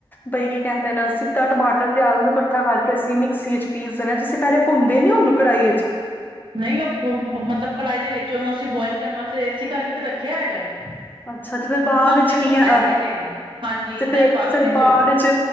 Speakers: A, on the left; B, on the right.
A: ਬਈ ਕੀ ਕਹਿੰਦੇ ਨੇ ਸਿੱਧਾ ਟਮਾਟਰ ਪਿਆਜ ਨੂੰ ਇਕੱਠਾ ਕਰਕੇ ਅਸੀਂ ਮਿਕਸੀ ਵਿਚ ਪੀਸ ਦੇਣਾ ਤੁਸੀਂ ਪਹਿਲੇ ਭੁੰਨਦੇ ਨੀ ਉਹਨੂੰ ਕੜਾਹੀ ਚੱ
B: ਨਹੀਂ ਉਹ ਮੱਤਲਬ ਕੜਾਹੀ ਦੇ ਵਿੱਚ ਉਹਨੂੰ ਅਸੀਂ ਬੋਇਲ ਕਰਨ ਵਾਸਤੇ ਏਸੀ ਕਰਕੇ ਤਾਂ ਰੱਖਿਆ ਹੈਗਾ ਹੈ
A: ਅੱਛਾ ਤੇ ਫਿਰ ਬਾਅਦ
B: ਭੁੰਨਦੇ
A: ਵਿੱਚ ਕੀਆਂ
B: ਭੁੰਨਦੇ ਨੀ ਹੈਗੇ ਹਾਂਜੀ ਏਦਾਂ
A: ਤੇ ਫਿਰ
B: ਹੀ ਪਾ ਦੋ
A: ਫਿਰ
B: ਵਿੱਚੋਂ
A: ਬਾਅ ਵਿੱਚ